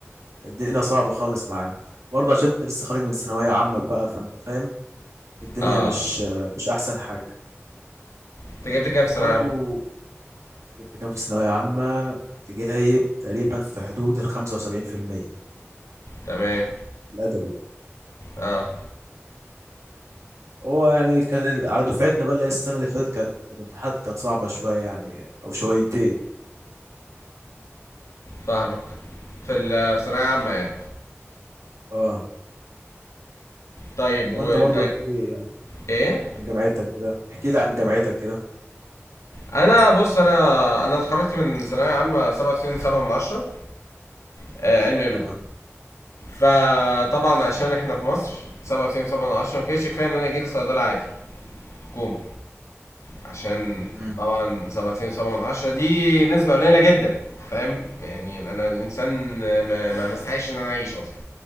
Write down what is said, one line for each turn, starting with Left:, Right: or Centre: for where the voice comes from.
Right: الدنيا صعبة خالص معانا برضه عشان انت لسه خارج من ثانوية عامة بقى فانت فاهم الدنيا
Left: اه
Right: مش مش أحسن حاجة
Left: انت جبت كام في ثانوية
Right: برضه
Left: عامة
Right: جبت كام في ثانوية عامة كنت جايب تقريبا في حدود الخمسة وسبعين في المية
Left: تمام
Right: الأدبي
Left: اه
Right: هو يعني كان على دفعتنا بقى اللي هي السنة اللي فاتت كانت الامتحانات كانت صعبة شوية يعني أو شويتين
Left: فاهمك في ال- في ثانوية عامة يعني
Right: اه
Left: طيب وانت
Right: وأنت برضو احكي لي يعني
Left: ايه
Right: عن جامعتك كده احكي لي عن جامعتك كده
Left: انا بص انا انا اتخرجت من ثانوية عامة 97 7 من 10 آه علمي علوم
Right: تمام
Left: فطبعا عشان احنا في مصر 97 7 من 10 ما كانش كفاية ان انا جيت صيدلة عادي حكومة عشان
Right: امم
Left: طبعا 97 7 من 10 دي نسبة قليلة جدا فاهم يعني انا انسان ما ما ما استحقش ان انا اعيش اصلا